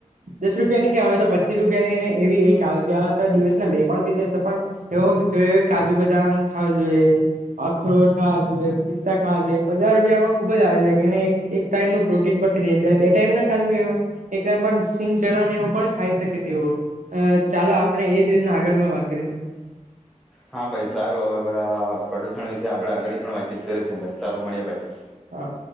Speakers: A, on the right (about 75°); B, in the centre.
A: દસ રૂપિયાની ક્યાં આવેય તો પચીસ રૂપિયાનીને એવી એક આવે છે આ દિવસના બે પણ પીસે પણ એવ કાજુ બદામ ખાવ જોએ. અખરોટ ખાવા પિસ્તા ખાવા છે પજાર રૂપિયામાં ખુબ જ આવે જ કેને એક ટાઈમ નું પ્રોટીન પટી રાય બે ટાઈમ ના ખા એમાં. એક ટાઈમ પણ સિંગ ચણાને એવું પણ ખાઈ શકે તેવું. અ ચાલો આપણે એજ રીતના આગળ માં વાત કરીશું.
B: હા ભાઈ સારું હવે પ્રદુષણ વિશે આપણે આગળ પણ વાતચીત કરીશું ભાઈ સારું મળે ભાઈ.
A: હા.